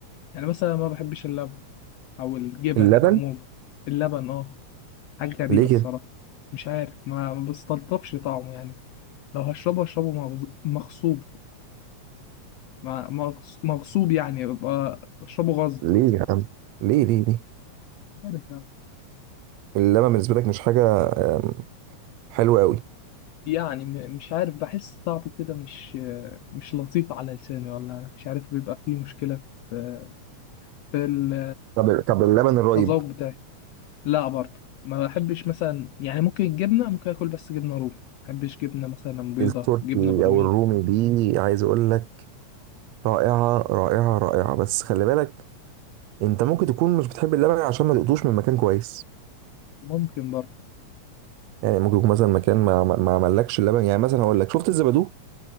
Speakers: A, on the left; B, on the right.
A: يعني مثلا ما بحبش اللبن او الجبن
B: اللبن
A: عموما اللبن اه حاجه غريبه
B: ليه
A: الصراحه
B: كده
A: مش عارف ما ما بستلطفش طعمه يعني لو هشربه هشربه مغز- مغصوب ما- مغص- مغصوب يعني ببقى اشربه غصب
B: ليه يا عم ليه ليه ليه
A: عارف بقى.
B: اللبن بالنسبه لك مش حاجه أم، حلوه قوي
A: يعني م- مش عارف بحس طعمه كده مش مش لطيف على لساني ولا مش عارف بيبقى فيه مشكلة في في ال-
B: طب طب اللبن الرايب
A: التذوق بتاعي لا برضه ما بحبش مثلا يعني ممكن الجبنة ممكن اكل بس جبنة رومي ما بحبش جبنة مثلا بيضة
B: التركي
A: جبنة برميل
B: او الرومي دي عايز اقول لك رائعه رائعه رائعه بس خلي بالك انت ممكن تكون مش بتحب اللبن عشان ما دقتوش من مكان كويس
A: ممكن برضه
B: يعني ممكن يكون مثلا مكان ما ما ما عملكش اللبن يعني مثلا هقول لك شفت الزبادو